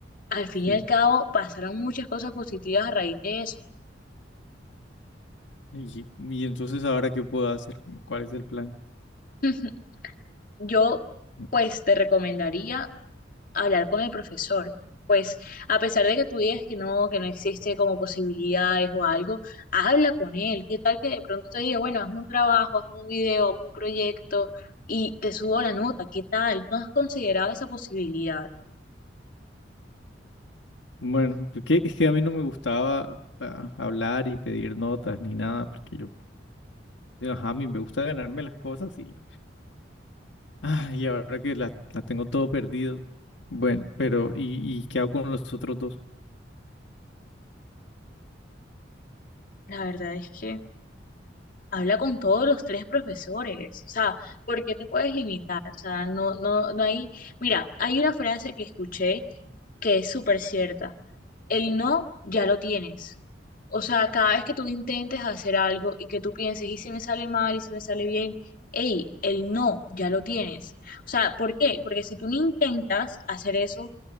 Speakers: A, on the left; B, on the left.
A: al fin
B: Sí.
A: y al cabo pasaron muchas cosas positivas a raíz de eso.
B: Y, y entonces ahora qué puedo hacer, Como, ¿cuál es el plan?
A: <laughs> Yo,
B: No,
A: pues, te recomendaría hablar con el profesor. Pues, a pesar de que tú digas que no, que no existe como posibilidades o algo, habla con él. ¿Qué tal que de pronto te diga, bueno, hazme un trabajo, hazme un video, hazme un proyecto y te subo la nota? ¿Qué tal? ¿No has considerado esa posibilidad?
B: Bueno, porque es que a mí no me gustaba ah, hablar y pedir notas ni nada, porque yo, ajá, a mí me gusta ganarme las cosas y, ah, y ahora que las las tengo todo perdido. Bueno, pero ¿y, y qué hago con los otros dos?
A: La verdad es que Habla con todos los tres profesores, o sea, ¿por qué te puedes limitar? O sea, no, no, no hay, mira, hay una frase que escuché que es súper cierta. El no ya lo tienes. O sea, cada vez que tú intentes hacer algo y que tú pienses, ¿y si me sale mal? ¿Y si me sale bien? Ey, el no ya lo tienes. O sea, ¿por qué? Porque si tú no intentas hacer eso,